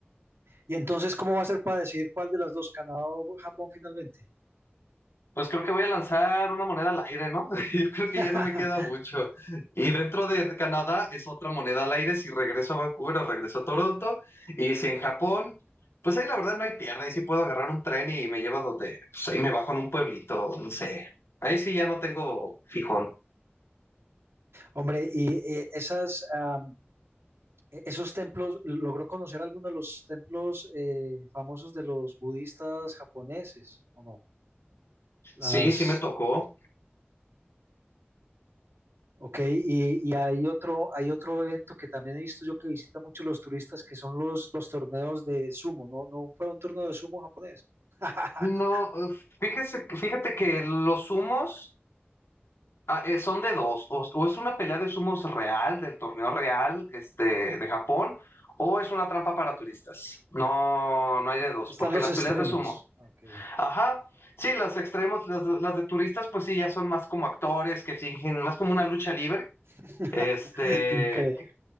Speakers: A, on the right; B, on the left.
A: Y entonces, ¿cómo va a ser para decidir cuál de las dos, Canadá o Japón finalmente?
B: Pues creo que voy a lanzar una moneda al aire, ¿no? <laughs> Yo creo
A: <laughs>
B: que ya no me queda mucho. Y dentro de Canadá es otra moneda al aire si regreso a Vancouver o regreso a Toronto. Y si en Japón, pues ahí la verdad no hay pierde. Ahí sí puedo agarrar un tren y me lleva donde, pues ahí me bajo en un pueblito, no sé. Ahí sí ya no tengo fijón.
A: Hombre, y eh, esas, am, e- esos templos, ¿logró conocer alguno de los templos eh, famosos de los budistas japoneses o no? Las,
B: Sí, sí me tocó.
A: Ok, y, y hay otro, hay otro evento que también he visto yo que visitan mucho los turistas, que son los, los torneos de sumo, ¿no? ¿No fue un torneo de sumo japonés? <laughs>
B: No, eh, fíjese, fíjate que los humos. Ah, eh, son de dos, o, o es una pelea de sumos real, del torneo real, este, de Japón, o es una trampa para turistas. No, no hay de dos,
A: Están
B: porque
A: los
B: las
A: extremos.
B: peleas de sumo.
A: Ok,
B: Ajá, sí, las extremos, las, de- las de turistas, pues sí, ya son más como actores que fingen, más como una lucha libre,
A: <laughs>
B: este,
A: increíble.